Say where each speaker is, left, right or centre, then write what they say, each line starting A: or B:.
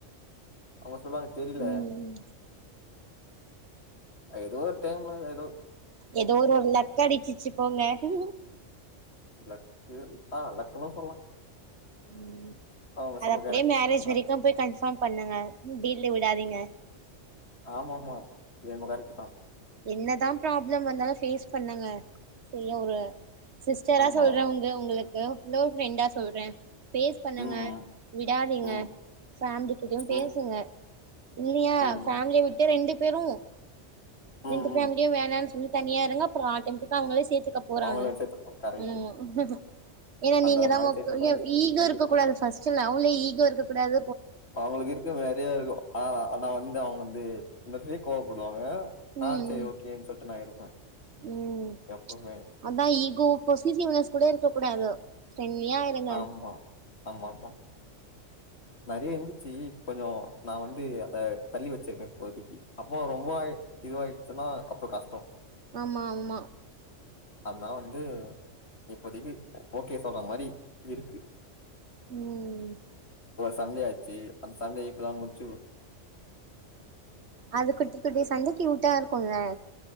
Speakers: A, on the left (about 60°); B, on the right (about 60°).
A: அவங்க சொல்வாங்க தெரில
B: ம்
A: ஆ எதோ ஒரு டைம்ல எதோ
B: எதோ ஒரு ஒரு லக் அடிச்சிர்ச்சு போங்க <unintelligible>
A: லக்கு ஆ லக்குன்னு சொல்லலா
B: ம்
A: அவங்க
B: அது
A: செம
B: அப்பிடியே
A: கேரக்டர்
B: மேரேஜ்
A: அதா
B: வரைக்கு போய் கன்ஃபார்ம் பண்ணுங்க டீல்ல விடாதீங்க
A: ஆமா ஆமா இது என்னமோ கரெக்ட்டுதா
B: என்னதா ப்ராப்ளம் வந்தாலு ஃபேஸ் பண்ணுங்க. செரியா ஒரு சிஸ்டரா
A: ஆமா
B: சொல்றே உங்க உங்களுக்கு. க்ளோ ஃப்ரெண்டா சொல்றே ஃபேஸ் பண்ணுங்க
A: ம்
B: விடாதீங்க
A: ம்
B: ஃபேமிலிகிட்டயு பேசுங்க
A: ம்
B: இல்லயா
A: ம்
B: ஃபேமிலிய விட்டு ரெண்டு பேரு
A: ம்
B: ரெண்டு
A: ம்
B: ஃபேமிலியு வேணான் சொல்லி தனியா இருங்க அப்புற ஆட்டோமேட்டிக்கா அவங்களே சேத்தி க்க போறாங்க
A: அவங்கள சேத்து கரெக்ட்
B: ம் ஏன்னா
A: அந்த
B: நீங்கதா
A: ஒரு
B: <unintelligible>
A: மைண்ட் செட்ல தா இப்போதைக்கு
B: ஈகோ இருக்கக்
A: இருக்கோ
B: கூடாது ஃபஸ்ட் லவ்ல ஈகோ இருக்கக்கூடாது
A: அவங்களுக்கு இருக்கு நெறைய இருக்கு ஆனா நா வந்து அவங்க வந்து நெறைய கோவப்படுவாங்க
B: ம்
A: ஆ செரி ஓகேன்னு சொல்ட்டு நா இருப்பே
B: ம்
A: எப்பவுமே
B: அதா ஈகோ உப்பஸ் சிசிவ்னஸ் கூட இருக்க கூடாது ஃப்ரெண்ட்லியா இருங்க
A: ஆம்மா ஆமா ஆமா நெறைய இருந்திச்சி இப்ப கொஞ்சோ நா வந்து அத தள்ளி வச்சிருக்கே இப்போதிக்கு அப்போ ரொம்ப இதுவாயிச்சின்னா அப்புறோ கஷ்டோ
B: ஆமா ஆமா
A: அனால வந்து இப்பதைக்கி ஓகே சொல்ற மாரி இருக்கு
B: ம்
A: சண்டை ஆச்சி அந்த சண்டை இப்பதா முச்சு
B: அது குட்டி குட்டி சண்ட கியூட்டா இருக்குல்ல